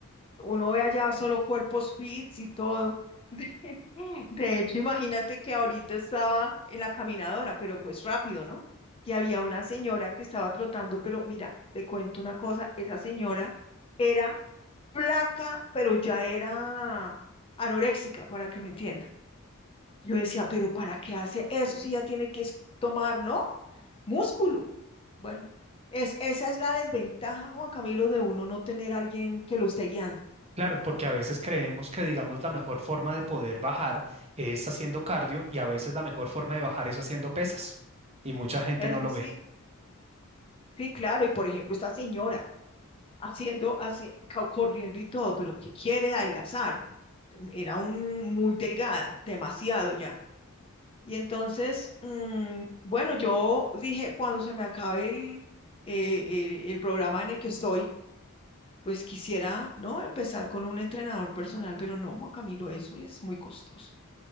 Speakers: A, on the left (about 25°); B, on the right (about 30°).
A: uno ve allá solo cuerpos fits y todo. <laughs> De hecho, imagínate que ahorita estaba en la caminadora, pero pues rápido, ¿no? Y había una señora que estaba trotando, pero mira, te cuento una cosa, esa señora era flaca, pero ya era anoréxica, para que me entiendan. Yo decía, pero ¿para qué hace eso si ya tiene que es- tomar, ¿no? Músculo. Bueno, es, esa es la desventaja, Juan Camilo, de uno no tener a alguien que lo esté guiando.
B: Claro, porque a veces creemos que, digamos, la mejor forma de poder bajar es haciendo cardio y a veces la mejor forma de bajar es haciendo pesas y mucha gente
A: Es
B: no lo
A: así.
B: ve.
A: Sí, claro. Y por ejemplo, esta señora. haciendo, haci- co- corriendo y todo, pero que quiere adelgazar. Era un, muy delgada, demasiado ya. Y entonces, mm, bueno, yo dije, cuando se me acabe el, eh, el, el programa en el que estoy, pues quisiera, ¿no? Empezar con un entrenador personal, pero no, Juan Camilo, eso es muy costoso.